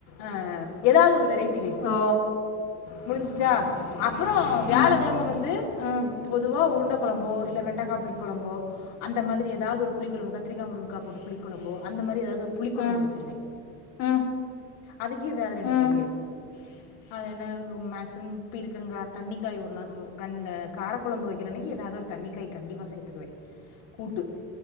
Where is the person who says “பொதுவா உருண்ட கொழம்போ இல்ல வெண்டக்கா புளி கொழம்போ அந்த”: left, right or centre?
Left